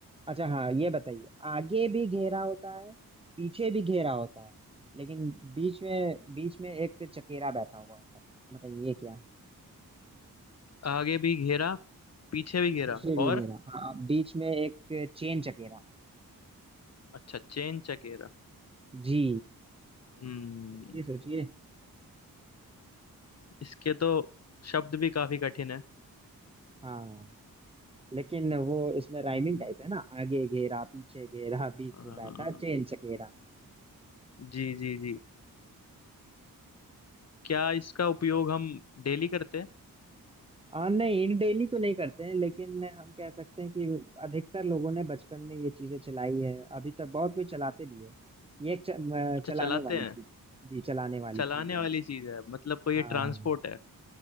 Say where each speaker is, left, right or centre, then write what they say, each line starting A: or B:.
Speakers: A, on the right; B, on the left.
A: अच्छा हाँ ये बताइए आगे भी घेरा होता है पीछे भी घेरा होता है लेकिन बीच में बीच में एक चकेरा बैठा हुआ होता है बताइए ये क्या
B: आगे भी घेरा पीछे भी घेरा
A: पीछे भी
B: और
A: घेरा हाँ बीच में एक चेन चकेरा
B: अच्छा चेन चकेरा
A: जी
B: हम्म
A: सोचिए सोचिए
B: इसके तो शब्द भी काफी कठिन है
A: हाँ लेकिन वो इसमें राइमिंग
B: हम्म,
A: टाइप है ना आगे घेरा पीछे घेरा बीच
B: हाँ।
A: में बैठा चेन चकेरा
B: जी जी जी क्या इसका उपयोग हम डेली करते हैं
A: आ, नहीं डेली तो नहीं करते हैं लेकिन हम कह सकते हैं कि अधिकतर लोगों ने बचपन में ये चीजें चलाई है अभी तक बहुत कोई चलाते भी है ये एक च, म,
B: अच्छा
A: चलाने
B: चलाते
A: वाली
B: हैं
A: चीज जी चलाने वाली
B: चलाने
A: चीज है ये
B: वाली चीज है मतलब कोई ये
A: हाँ
B: ट्रांसपोर्ट है